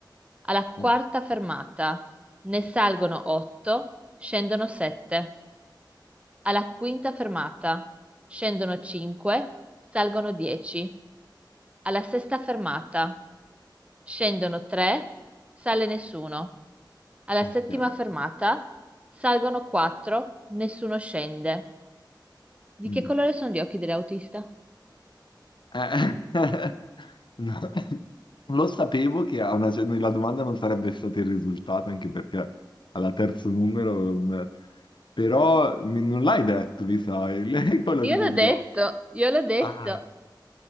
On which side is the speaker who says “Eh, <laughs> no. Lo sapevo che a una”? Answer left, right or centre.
Left